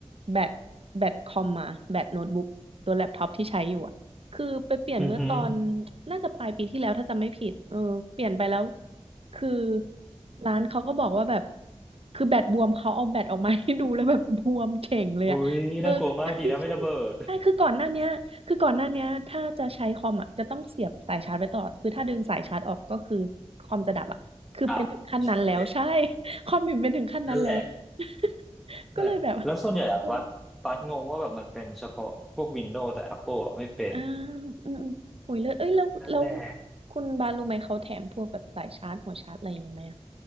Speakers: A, on the right; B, in the centre.
A: แบตแบตคอมมาแบตโน้ตบุ๊กตัวแล็ปท็อปที่ใช้อยู่อ่ะคือไปเปลี่ยนเมื่อตอน
B: อือหือ
A: น่าจะปลายปีที่แล้วถ้าจำไม่ผิดเออเปลี่ยนไปแล้วคือร้านเขาก็บอกว่าแบบคือแบตบวมเขาเอาแบตออกมาให้ดูแล้วแบบบวมเฉ่งเลยอ่ะเออ
B: อุ้ยน่ากลัวมากดีนะไม่ระเบิด
A: <laughs> ใช่ใช่คือก่อนหน้าเนี้ยคือก่อนหน้าเนี้ยถ้าจะใช้คอมอ่ะจะต้องเสียบสายชาร์จไว้ตลอดคือถ้าดึงสายชาร์จออกก็คือคอมจะดับอ่ะคือเป็นถึงขั้นนั้นแล้วใช่
B: <laughs> ครับใช่
A: ความบิ่มเปถึงขั้นนั้นแล้ว
B: นั่นแหละ
A: <laughs>
B: แต่แล้วส่วนใหญ่อะบัสบัสงงว่าแบบมันเป็นเฉพาะพวก
A: ก็เลยแบบเออ
B: Windows แต่ Apple อะไม่เป็น
A: อาอืมๆโอ้ยแล้วเอ้ยแล้วแล้ว
B: นั่นแหละ
A: คุณบานรู้ไหมเขาแถมพวกแบบสายชาร์จหัวชาร์จอะไรอย่างนี้ไหมอะ